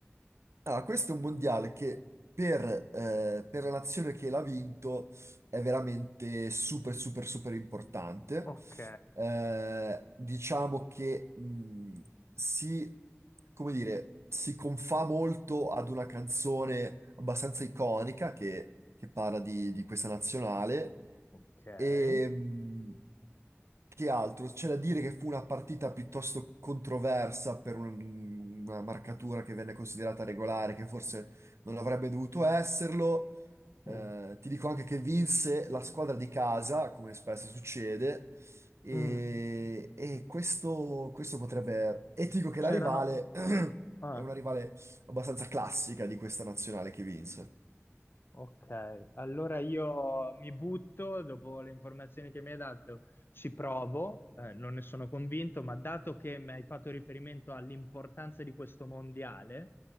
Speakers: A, on the right; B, on the left.
A: Allora, questo è un mondiale che per, eh, per la nazione che l'ha vinto è veramente super, super, super importante.
B: Ok,
A: Eh, diciamo che mh, si, come dire, si confà molto ad una canzone abbastanza iconica che, che parla di, di questa nazionale.
B: ok.
A: E, mh, che altro? C'è da dire che fu una partita piuttosto controversa per un- una marcatura che venne considerata regolare, che forse non avrebbe dovuto esserlo. Eh,
B: Uh,
A: ti dico anche che vinse la squadra di casa, come spesso succede, e,
B: mm,
A: e questo, questo potrebbe... E ti dico che
B: C'erano...
A: la rivale <clears throat> è
B: ah.
A: una rivale abbastanza classica di questa nazionale che vinse.
B: Ok, allora io mi butto dopo le informazioni che mi hai dato, ci provo, eh, non ne sono convinto, ma dato che mi hai fatto riferimento all'importanza di questo mondiale